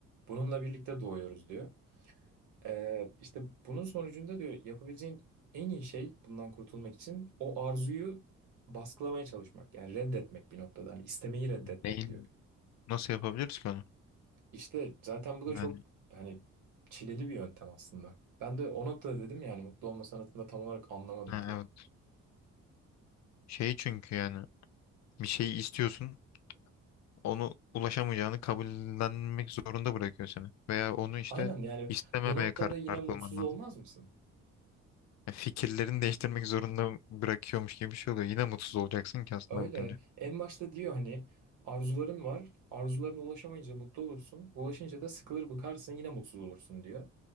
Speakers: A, on the right (about 80°); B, on the left (about 65°).
A: bununla birlikte doğuyoruz diyor. Ee, işte bunun sonucunda diyor yapabileceğin en iyi şey bundan kurtulmak için o arzuyu baskılamaya çalışmak. Yani reddetmek bir noktada. Hani istemeyi reddetmek
B: Neyin
A: diyor.
B: nasıl yapabiliriz ki onu?
A: İşte zaten bu da
B: Yani
A: çok hani çileli bir yöntem aslında. Ben de o noktada dedim yani mutlu olma sanatında tam olarak anlamadım
B: ha,
A: diye.
B: evet. Şey çünkü yani bir şeyi istiyorsun onu ulaşamayacağını kabullenmek zorunda bırakıyor seni. Veya onu işte
A: Aynen yani
B: istememeye
A: bu noktada
B: karar
A: yine mutsuz
B: kılman lazım.
A: olmaz mısın?
B: Ya Fikirlerini değiştirmek zorunda bırakıyormuş gibi bir şey oluyor. Yine mutsuz olacaksın ki aslında
A: Öyle.
B: bakınca.
A: En başta diyor hani arzuların var. Arzularına ulaşamayınca mutlu olursun. Ulaşınca da sıkılır bıkarsın yine mutsuz olursun diyor.